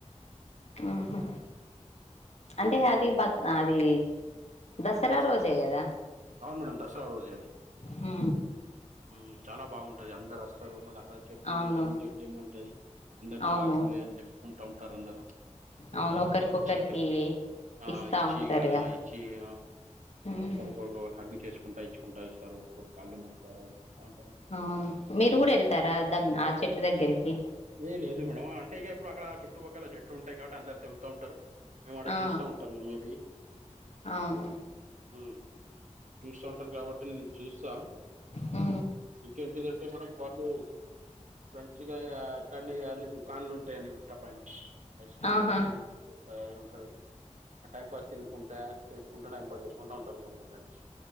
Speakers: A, on the left; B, on the right.
A: ఆహ అంటే అది బ అది దసరా
B: ఉమ్
A: రోజే కదా.
B: అవును మేడం దసరా రోజే అది.
A: ఉ
B: ఉ చాలా బాగుంటది అందరు అస్తారు మళ్ళీ అక్కడ చెట్టు
A: అవును
B: జమ్మి చెట్టు ఏమో ఉంటది. అందరు జాకులై
A: అవును
B: అని తెంపుకుంటా ఉంటారు అందరూ.
A: అవును ఒకరికొకరికి
B: పచ్చిక ఆ
A: ఇస్తా
B: ఈ
A: ఉంటారుగా
B: చీక చియ
A: ఉమ్
B: అందరు ఒక హగ్గు చేసుకుంటా ఇచ్చుకుంటా ఇస్తారు ఒక్కొక్కళ్ కళ్ళు ముతారు అవి చూస్తాంటాం
A: అవున మీరు కూడా వెళ్తారా దమ్ ఆ చెట్టు దగ్గరికి.
B: ఏ లేదు మేడం అంటే ఇక ఇప్పుడు అక్కడ చుట్టుపక్కల చెట్లు ఉంటాయి కాబట్టి అందరు తెంపుతూ ఉంటారు మేము అడ
A: ఆ
B: చూస్తా ఉంటాము మేబి
A: అవును
B: హ్మ చుస్తా ఉంటాను కాబట్టి చూస్తా
A: ఉ
B: ఇంకేంటిదంటే మేడం వాళ్ళు ఫ్రెండ్స్గా ఇక్కడి అన్ని దుకాన్లు ఉంటాయి అని గుట్టా పైన ఐస్ క్రీమ్
A: ఆహా
B: అవి తయారు ఉంటాయి ఆ టైం పాస్ త కుంట చుసుకుంటే టైం పాస్ చేసుకుంటా ఉంటాం మీద మీ ఫ్రెండ్స్